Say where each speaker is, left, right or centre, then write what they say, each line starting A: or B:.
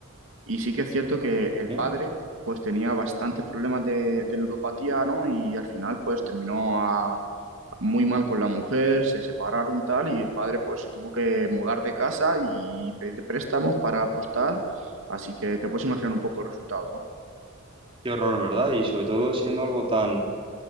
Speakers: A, on the right; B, on the right.
A: Y sí que es cierto que el
B: ¿Mm?
A: padre, pues tenía bastantes problemas de, de ludopatía, ¿no? Y al final, pues terminó a- muy mal con la mujer, se separaron tal, y el padre, pues se tuvo que mudar de casa y pedir préstamos para apostar. Así que te puedes imaginar un poco el resultado, ¿no?
B: Qué horror, ¿verdad? Y sobre todo siendo algo tan,